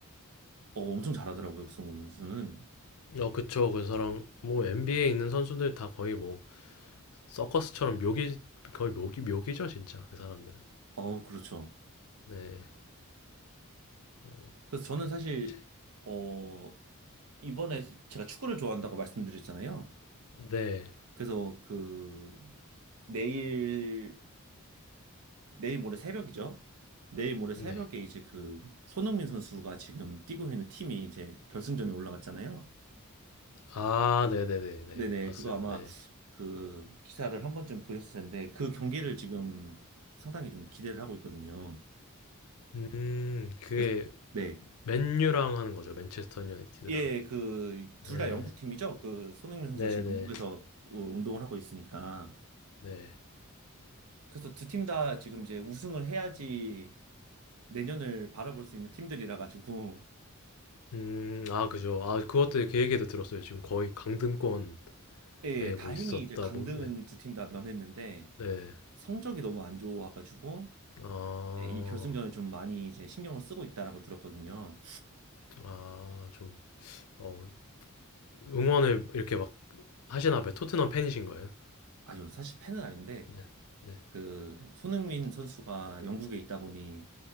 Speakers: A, on the right; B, on the left.
A: 어, 엄청 잘하더라고요, 그 선수는.
B: 어, 그쵸. 그 사람 뭐 NBA에 있는 선수들 다 거의 뭐 서커스처럼 묘기 거의 묘기 묘기죠, 진짜. 그 사람들은.
A: 어, 그렇죠.
B: 네. 어,
A: 그래서 저는 사실,
B: 제-
A: 어, 이번에 제가 축구를 좋아한다고 말씀드렸잖아요.
B: 네.
A: 그래서 그 내일 내일 모레 새벽이죠. 내일 모레 새벽에
B: 네.
A: 이제 그 손흥민 선수가 지금 뛰고 있는 팀이 이제 결승전에 올라갔잖아요.
B: 아, 네네네 네. 네,
A: 네네,
B: 네. 봤어요.
A: 그거 아마
B: 네.
A: 그 기사를 한 번쯤 보셨을 텐데 그 경기를 지금 상당히 좀 기대를 하고 있거든요.
B: 음, 그게
A: 그래서 네.
B: 맨유랑 하는 거죠. 맨체스터 유나이티드랑.
A: 예, 그 둘
B: 네.
A: 다 영국 팀이죠. 그 손흥민 선수가
B: 네네.
A: 지금
B: 네.
A: 영국에서 어, 운동을 하고 있으니까.
B: 네.
A: 그래서 두 팀 다 지금 이제 우승을 해야지 내년을 바라볼 수 있는 팀들이라 가지고
B: 음, 아, 그죠. 아, 그것도 그 얘기도 들었어요. 지금 거의 강등권에
A: 예, 예. 다행히
B: 뭐 있었다,
A: 이제 강등은
B: 뭐, 네.
A: 두 팀 다 면했는데
B: 네.
A: 성적이 너무 안 좋아가지고
B: 아,
A: 예, 이 결승전에 좀 많이 이제 신경을 쓰고 있다라고 들었거든요.
B: 아, 좀, 어, 응원을 이렇게 막 하시나 봐요. 토트넘 팬이신 거예요?
A: 아니요, 사실 팬은 아닌데
B: 네. 네.
A: 그 손흥민 선수가 영국에 있다 보니